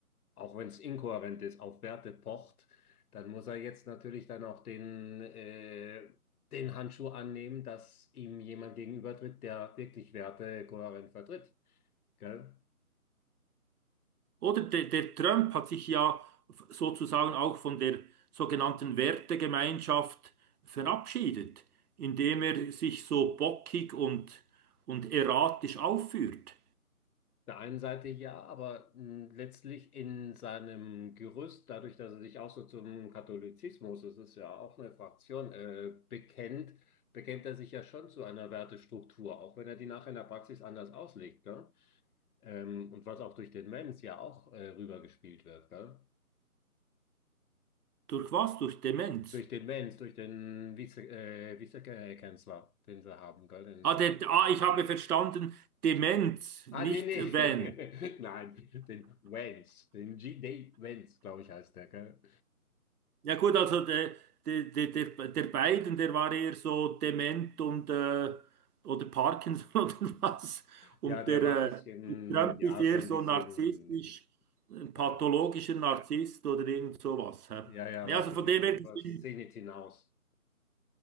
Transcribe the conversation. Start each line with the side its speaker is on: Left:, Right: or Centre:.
Left: auch wenn es inkohärent ist, auf Werte pocht, dann muss er jetzt natürlich dann auch den, äh, den Handschuh annehmen, dass ihm jemand gegenübertritt, der wirklich Werte kohärent vertritt. Gell?
Right: Oder der, der Trump hat sich ja f- sozusagen auch von der sogenannten Wertegemeinschaft verabschiedet, indem er sich so bockig und, und erratisch aufführt.
Left: Auf der einen Seite ja, aber mh, letztlich in seinem Gerüst, dadurch, dass er sich auch so zum Katholizismus, das ist ja auch eine Fraktion, äh, bekennt, bekennt er sich ja schon zu einer Wertestruktur, auch wenn er die nachher in der Praxis anders auslegt. Ne? Ähm, und was auch durch den Mens ja auch äh, rübergespielt wird, gell?
Right: Durch was? Durch Demenz.
Left: Durch den Mens, durch den Vize, äh, Vizekanzler, den sie haben, gell? Den,
Right: Ah, der, ah, ich habe verstanden, Demenz, nicht
Left: ah, nee, nee.
Right: wenn
Left: <laughs> Nein, den Wenz, den G. D. Wenz, glaube ich, heißt der, gell?
Right: Ja gut, also der, der, der, der der Biden, der war eher so dement und äh, oder Parkinson <laughs> oder was. Und
Left: Ja, der
Right: der,
Left: war ein bisschen,
Right: äh, der Trump
Left: ja,
Right: ist eher
Left: schon
Right: so
Left: ein bisschen,
Right: narzisstisch, ein pathologischer
Left: äh,
Right: Narzisst oder irgend sowas. Hä?
Left: ja, ja,
Right: Ja,
Left: war
Right: also
Left: schon
Right: von
Left: ein bisschen
Right: dem her, gesehen,
Left: über das Zenit hinaus.